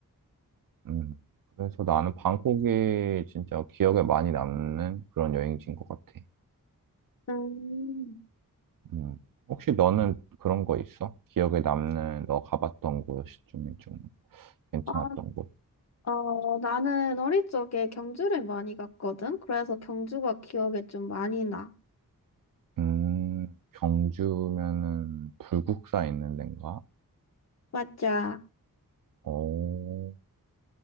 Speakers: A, on the right; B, on the left.
A: 음. 그래서 나는 방콕이 진짜 기억에 많이 남는 그런 여행지인 것 같아.
B: 음,
A: 음. 혹시 너는 그런 거 있어? 기억에 남는 너 가봤던 곳 중에 좀 괜찮았던
B: 아,
A: 곳?
B: 어, 나는 어릴 적에 경주를 많이 갔거든? 그래서 경주가 기억에 좀 많이 나.
A: 음, 경주면은 불국사 있는 데인가?
B: 맞아.
A: 어,